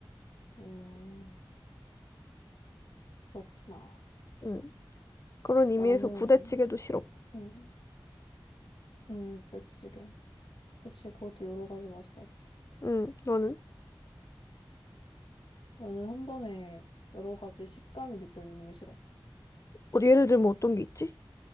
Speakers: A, on the left; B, on the left.
A: 음, 그렇구나.
B: 응. 그런 의미에서
A: 나는,
B: 부대찌개도 싫어.
A: 음, 음, 부대찌개. 그치, 그것도 여러 가지 맛이 나지.
B: 응. 너는?
A: 나는 한 번에 여러 가지 식감이 느껴지는 게 싫어.
B: 어, 예를 들면 어떤 게 있지?